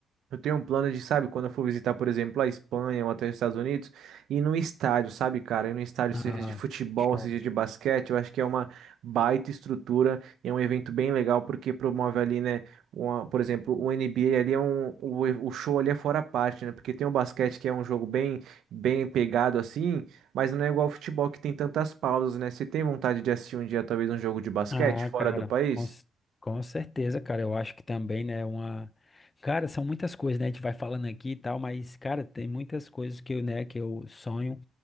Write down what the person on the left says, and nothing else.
Ah,
show.
Ah,
cara,
com, c- com certeza, cara. Eu acho que também, né, uma. Cara, são muitas coisas, né? A gente vai falando aqui e tal, mas, cara, tem muitas coisas que eu, né, que eu sonho